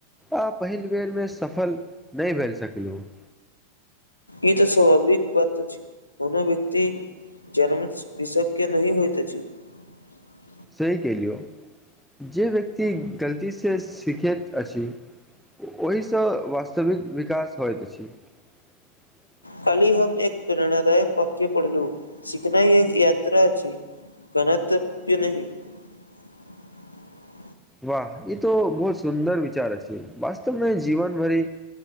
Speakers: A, in the centre; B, on the left.
A: आ पहिल बेरमे सफल नै भाय सकलु। <unintelligible>
B: ई तऽ स्वभाविक बात आछि कोनो व्यक्ति जन्म से विषग्य नहि होइत अछि। <unintelligible>
A: सही केलियौ जे व्यक्ति गलती से सीखैत अछि ओहिसँ वास्तविक विकास होइत अछि। <unintelligible>
B: खाली हम एक प्रेरणादायक वाक्य पढ़लु सिखनाय एक यात्रा छी, गनतव्य नहि। <unintelligible>
A: वाह ई तो बहुत सुन्दर विचार अछि छै वास्तवमे जीवन भरि